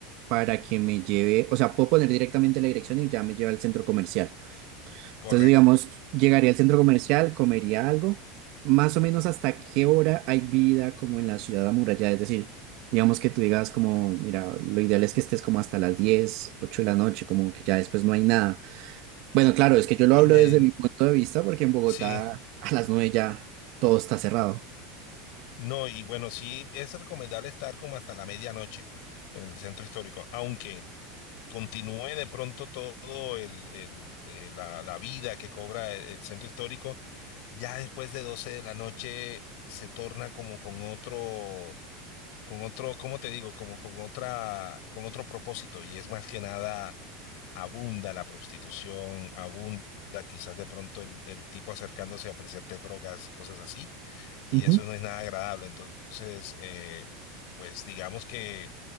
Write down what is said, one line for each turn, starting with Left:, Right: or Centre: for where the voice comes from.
Right: para que me lleve, o sea, puedo poner directamente la dirección y ya me lleva al centro comercial.
Left: correcto.
Right: Entonces, digamos, llegaría al centro comercial, comería algo, más o menos hasta qué hora hay vida como en la ciudad amurallada, es decir, digamos que tú digas como, mira, lo ideal es que estés como hasta las 10 8 de la noche, como que ya después no hay nada. Bueno, claro, es que yo lo
Left: En
Right: hablo
Left: el,
Right: desde mi punto de vista porque en Bogotá
Left: sí,
Right: a las nueve ya todo está cerrado.
Left: no, y bueno, sí es recomendable estar como hasta la medianoche en el centro histórico, aunque continúe de pronto todo el, el, eh, la, la vida que cobra el, el centro histórico, ya después de 12 de la noche se torna como con otro, con otro, ¿cómo te digo? Como con otra, con otro propósito, y es más que nada abunda la prostitución, abunda quizás de pronto el, el tipo acercándose a ofrecerte drogas y cosas así, y
Right: Ujú.
Left: eso no es nada agradable. Entonces, eh, pues digamos que